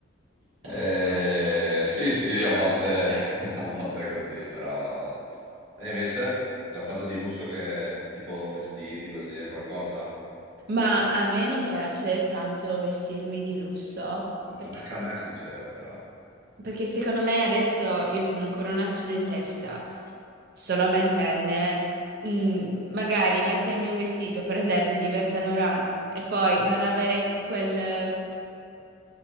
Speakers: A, on the right; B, on the right.
A: Eh, sì, sì, a volte, <laughs> a volte è così, però... Te invece, la cosa di lusso che, tipo, vestiti, così, è qualcosa?
B: Ma a me non piace tanto vestirmi di lusso perché,
A: Non anche a me, sincero, però...
B: perché secondo me adesso io sono ancora una studentessa, sono ventenne, mm, magari mettermi un vestito, per esempio, di Yves Saint Laurent e poi non avere quel,